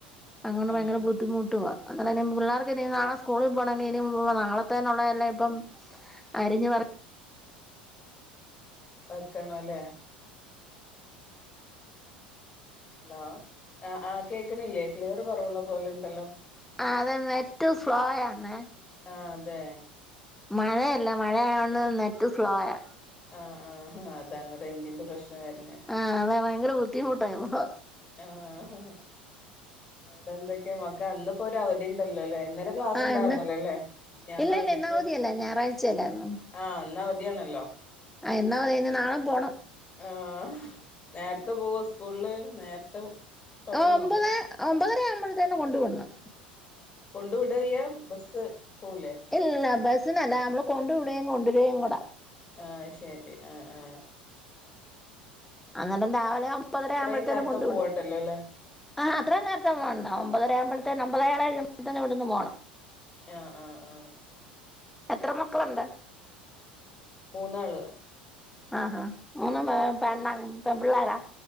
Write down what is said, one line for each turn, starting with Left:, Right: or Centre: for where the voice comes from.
Left: ആഹ്
Centre: അങ്ങോണ്ട് ഭയങ്കര
Left: ആഹ്
Centre: ബുദ്ധിമുട്ടുവാ എന്ന പിള്ളേർക്ക് ഇനി നാളെ സ്കു സ്കൂളിൽ പോണമെങ്കിൽ ഇനും നാളെത്തന്നുള്ളതല്ല ഇപ്പം അരിഞ്ഞഞ് പറ
Left: വയ്ക്കണ ല്ലേ ഹലോ ആ ആ കേക്കണില്ലേ ക്ലിയർ കുറവുള്ള പോലെ ഇണ്ടല്ലോ
Centre: ആ അത നെറ്റവും സ്ലോ ആന്ന
Left: ആ അതെ
Centre: മഴയല്ല മഴയതോണ്ട് നെറ്റ് സ്ലോ യാ
Left: ആഹ് ആഹ് അതാണ് റേഞ്ചിന്റെ പ്രശ്നം വരുന്നെ
Centre: ആഹ് അതെ ഭയങ്കര ബുദ്ധിമുട്ടാ യിപ്പം
Left: ആഹ് തെന്തൊക്കെയാ മക്ക് ന്നപ്പോ ഒ ഒരു അവധി ഉണ്ടല്ലോല്ലേ ഇന്നലെ ക്ലാസ്
Centre: ആഹ്
Left: ഇണ്ടായിരുന്നല്ലേല്ലേ
Centre: ഇന്ന്
Left: മിനിയാന്ന്
Centre: ഇല്ല
Left: അവധിക്ക്
Centre: ഇല്ല ഇന്ന് അവധിയല്ല ഞായറാഴ്ചയല്ലായിരുന്നോ
Left: ആ അവധ യാണല്ലോ
Centre: ആ എന്നാെ നാളും പോണം
Left: ആ ഹ് നേരത്തെ പോവ സ്കൂളില് നേരത്തെ തൊടങ്ങുവോ
Centre: ആ ഒമ്പത് ഒമ്പതര ആവുമ്പോഴത്തേ തന്നെ കൊണ്ട വിടണം
Left: ആ കൊണ്ടു വിട്യ യ്യ ബസ്സ് പോവൂലേ
Centre: ഇല്ല ബസ്സിനല്ല നമ്മള് കൊണ്ട വിടയും കൊണ്ടുവരിയും കൂടെ
Left: ആ ശരി ആ ആ
Centre: അങ്ങേരം രാവിലെ മുപ്പതര
Left: അത്രയും
Centre: ആവുമ്പോഴത്തേനും
Left: നേരത്തെ
Centre: കൊണ്ടു
Left: പോവണ്ടല്ലോ
Centre: വിടു
Left: ല്ലേ
Centre: ആ അത്രയും നേരത്തം പോണ്ട ഒമ്പതര ആകുമ്പഴേ ഒമ്പത ഏഴ എഴുമ്പോഴത്തന്നെ ഇവിടുന്ന് പോകണം
Left: ആ ആ ആ
Centre: എത്ര മക്കള ണ്ട്
Left: മൂന്നാള്
Centre: ആഹ് മൂന്നു <unintelligible> പെണ്ണ് പിള്ളോരാ